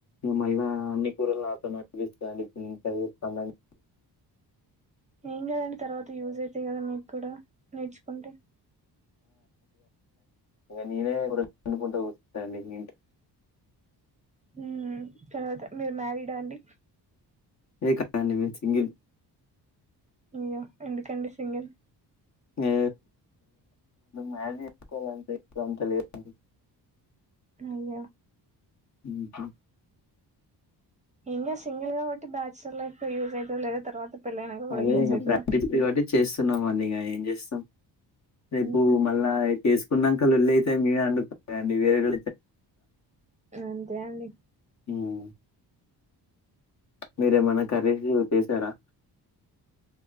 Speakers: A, on the left (about 40°); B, on the right (about 15°).
A: మళ్ళా అన్ని కూరలు నాతోనే అండిపిస్తదండి ఇప్పుడు నేను ఇట్లా చేస్తానని.
B: ఏం కాదు అండి తర్వాత యూజ్ కదా మీకు కూడా నేర్చుకుంటే,
A: నేనే ఇప్పుడు వండుకుంట కూర్చుంటా అండి ఇగ ఇంట్లో
B: మ్మ్ తర్వాత మీరు మ్యారీడా అండి.
A: ఏ కాదు అండి మీ సింగిల్.
B: అయ్యో ఎందుకండి సింగిల్.
A: ఏ మ్యాజీకో అందే <unintelligible> అంతా లేదండి.
B: అయ్యా
A: ఉహూ
B: ఏం కాదు. సింగల్ కాబట్టి బ్యాచిలర్ లైఫ్ యూజ్ అయితదో లేదొ తర్వాత పెళ్ళైనాక కూడా
A: అదే
B: యూజ్
A: ఇంకా
B: అవుతుంది
A: ప్రాక్టీస్ కాబట్టి చేస్తున్నాంమండి ఇగా ఏం చేస్తాం రేపు
B: ఉహు
A: మళ్ళా చేసుకున్నాంక లొల్లి అయితే మీరే అండుకోండి వేరేగా
B: అంతే అండి
A: ఉమ్ మీరేమన్నా కర్రీసి చేసారా.